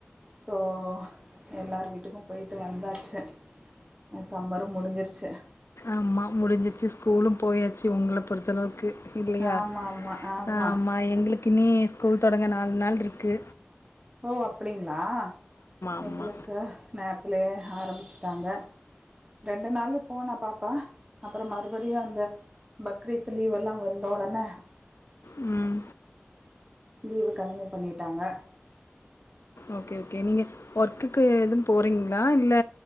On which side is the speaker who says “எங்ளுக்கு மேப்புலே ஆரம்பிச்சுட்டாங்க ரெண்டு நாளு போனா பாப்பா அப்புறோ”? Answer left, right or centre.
Right